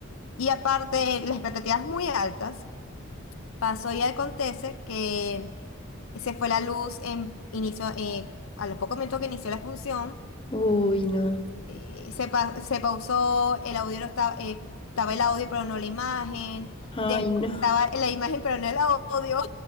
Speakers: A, on the left (about 80°); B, on the left (about 25°).
A: Y aparte, de las expectativas muy altas, pasó y acontece que se fue la luz en inicio, eh, a los pocos minutos que inició la función.
B: Uy, no.
A: eh, se, pa- se pausó, el audio no estaba, eh, estaba el audio pero no la imagen,
B: Ay,
A: después
B: no.
A: estaba la imagen pero no el audio,